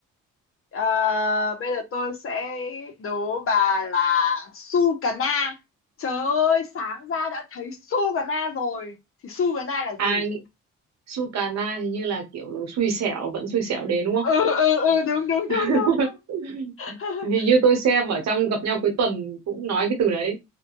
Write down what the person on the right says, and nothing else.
à
nghĩ- Sukana hình như là kiểu xui xẻo vẫn xui xẻo đến đúng không
<laughs>
hình như tôi xem ở trong gặp nhau cuối tuần cũng nói cái từ đấy